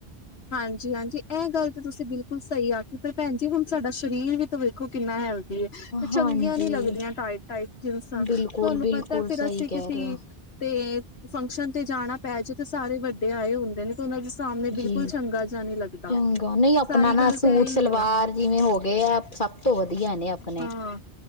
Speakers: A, on the left; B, on the left.
A: ਹਾਂਜੀ -ਹਾਂਜੀ ਏ ਗੱਲ ਤਾਂ ਤੁਸੀਂ ਬਿਲਕੁਲ ਸਹੀ ਆਖੀ, ਪਰ ਭੈਣ ਜੀ ਹੁਣ ਸਾਡਾ ਸਰੀਰ ਵੀ ਤਾਂ ਵੇਖੋ ਕਿੰਨਾ ਹੈਲਦੀ, ਤੇ ਫੇਰ
B: ਹਾਂਜੀ
A: ਚੰਗੀਆਂ ਨੀ ਲੱਗਦੀਆਂ ਟਾਈਟ -ਟਾਈਟ ਜਿਨਾ
B: ਬਿਲਕੁਲ
A: ਤੁਹਾਨੂੰ
B: ਬਿਲਕੁਲ
A: ਪਤਾ ਫੇਰ
B: ਸਹੀ
A: ਅਸੀਂ
B: ਕਹਿ
A: ਕਦੀ,
B: ਰਹੇ ਹੋ।
A: ਤੇ ਫੰਕਸ਼ਨ ਤੇ ਜਾਣਾ ਪੈ ਜੇ ਤੇ ਸਾਰੇ ਵੱਡੇ ਆਏ ਹੁੰਦੇ ਨੇ, ਤੇ ਓਹਨਾਂ ਦੇ ਸਾਹਮਣੇ ਬਿਲਕੁਲ
B: ਤੇ
A: ਚੰਗਾ ਜਾ ਨੀ ਲੱਗਦਾ
B: ਚੰਗਾ ਨਈ ਆਪਣਾ
A: ਸਾਰੀ
B: ਨਾ
A: ਗੱਲ
B: ਸੂਟ
A: ਤਾਂ ਇਹੀ
B: ਸਲਵਾਰ
A: ਹੈ ਨਾ
B: ਜਿਵੇਂ ਹੋ ਗਏ ਆ, ਸਭ ਤੋਂ ਵੱਧੀਆ ਨੇ ਅਪਣੇ।
A: ਹਾਂ